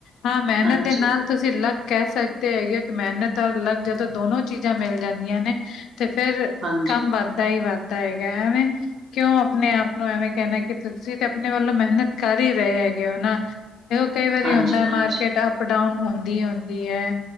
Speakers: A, on the left; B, on the right.
A: ਹਾਂ ਮਿਹਨਤ
B: ਹਾਂਜੀ,
A: ਦੇ ਨਾਲ ਤੁਸੀਂ ਲੱਕ ਕਹਿ ਸਕਦੇ ਹੈਗੇ ਕਿ ਮਿਹਨਤ ਔਰ ਲਗ ਜਦੋਂ ਦੋਨੋ ਚੀਜ਼ਾਂ ਮਿਲ ਜਾਂਦੀਆਂ ਨੇ ਤੇ ਫੇਰ,
B: ਹਾਂਜੀ,
A: ਕੰਮ ਵੱਧਦਾ ਈ ਵੱਧਦਾ ਹੈਗਾ, ਐਵੇਂ ਕਿਉਂ ਆਪਣੇ-ਆਪ ਨੂੰ ਐਵੇਂ ਕਹਿਣਾ ਕਿ ਤੁਸੀਂ ਤੇ ਆਪਣੇ ਵੱਲੋਂ ਮਿਹਨਤ ਕਰ ਈ ਰ‌ਏ ਹੈਗੇ ਓ ਨਾ। ਇਹ ਕਈ ਵਾਰੀ
B: ਹਾਂਜੀ,
A: ਹੁੰਦਾ
B: ਹਾਂਜੀ,
A: ਮਾਰਕੀਟ ਅਪ ਡਾਊਨ ਹੁੰਦੀ- ਹੁੰਦੀ ਹੈ।